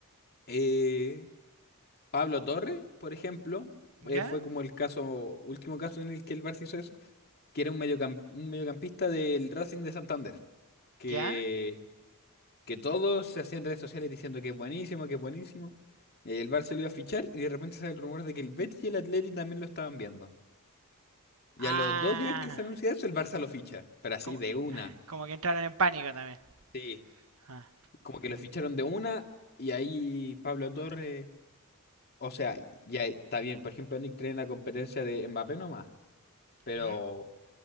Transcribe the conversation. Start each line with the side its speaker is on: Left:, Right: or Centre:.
Left: eh, Pablo Torres, por ejemplo,
Right: ¿Ya?
Left: eh, fue como el caso, último caso en el que el Barça hizo eso que era un, mediocam- un mediocampista del Racing de Santander. que,
Right: ¿Ya?
Left: que todos se hacían redes sociales diciendo que es buenísimo, que es buenísimo. Y ahí el Barça lo iba a fichar y de repente sale el rumor de que el Betis y el Atleti también lo estaban viendo. Y
Right: Ah,
Left: a los dos días que se anuncia eso, el Barça lo ficha, pero así
Right: como,
Left: de una.
Right: como que entraron en pánico también.
Left: Sí.
Right: Ah.
Left: Como que lo ficharon de una y ahí Pablo Torres, o sea, ya está bien, por ejemplo, Nick trae en la competencia de Mbappé nomás, pero
Right: ¿Mm?